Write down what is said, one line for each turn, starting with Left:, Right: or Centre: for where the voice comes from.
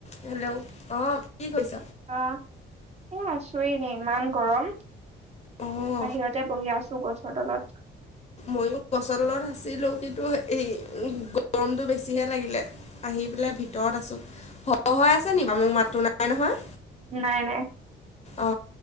Left: Hello অ কি কৈছ
Right: আহ এ আছোেইনে ইমান গৰম
Left: অঁ
Right: বাহিৰতে বহি আছো গছৰ তলত
Left: ময়ো গছত আছিলো কিন্তু এই গৰমতটো বেছিহে লাগিলে আহ দি প ভিতৰত আছো স হৈ আছে নি বাৰু মোক মাতো নাই নহয়
Right: নাই নাই
Left: অ